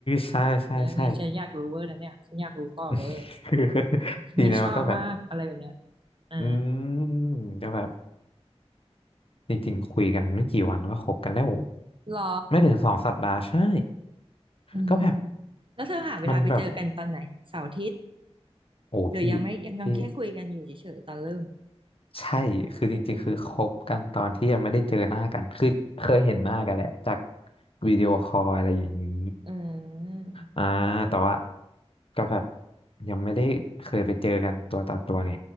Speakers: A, on the left (about 55°); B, on the right (about 50°).
A: ใช่ใช่ใช่
B: แล้วไงฉันอยากรู้เวอร์นะเนี่ยฉันอยากรู้ต่อเวอร์
A: <laughs> คือทีนั้มันก็แบบ
B: เนี่ยชอบมากอะไรแบบเนี้ยเออ
A: อืมก็แบบจริงๆคุยกันไม่กี่วันก็คบกันแล้ว
B: หรอ
A: ไม่ถึงสองสัปดาห์ใช่
B: อืม
A: ก็แบบ
B: แล้วเธอหาเวลาไปเจอกันตอนไหนเสาร์อาทิตย์
A: มันแบบโอ้พี่
B: หรือยังไม่ยังแค่คุยกันอยู่เฉยๆตอนเริ่ม
A: พี่ ใช่ คือจริงๆ คือคบกันตอนที่ยังไม่ได้เจอหน้ากัน คือเคยเห็นหน้ากันแหละจากวิดีโอคอลอะไรอย่างนี้
B: อืม
A: อ่า แต่ว่าก็แบบยังไม่ได้เคยไปเจอกันตัวต่อตัวไง